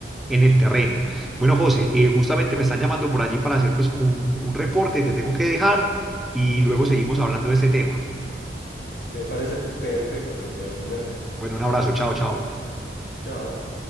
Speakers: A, in the centre; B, on the left.
A: en el terreno. Bueno, José, eh, justamente
B: Súper.
A: me están llamando por allí para hacer pues como un un reporte. Te tengo que dejar y luego seguimos hablando de este tema.
B: Me parece perfecto, Santiago. Nos vemos.
A: Bueno, un abrazo, chao, chao.
B: Chao.